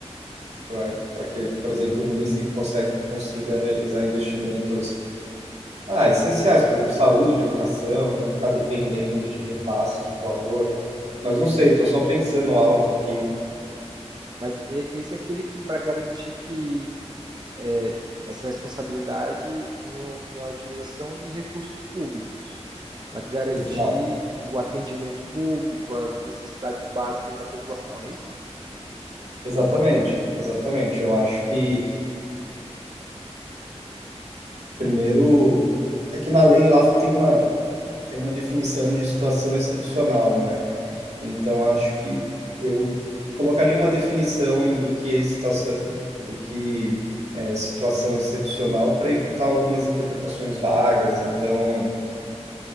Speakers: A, on the right; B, on the right.
A: para que, por exemplo, o município consegue, consiga realizar investimentos Ah, essenciais, por exemplo, saúde, educação, não ficar dependendo de repasse de valor. Mas não sei, estou só pensando alto aqui.
B: Mas e- esse é aquele que, para garantir que é, essa responsabilidade no, na utilização dos recursos públicos, para garantir
A: Exa
B: o atendimento público, as necessidades básicas da população, é isso?
A: exatamente, exatamente. Eu acho que primeiro é que na lei lá tem uma, tem uma definição de situação excepcional, né? Então acho que eu colocaria uma definição do que é situação, do que é situação excepcional para evitar algumas interpretações vagas. Então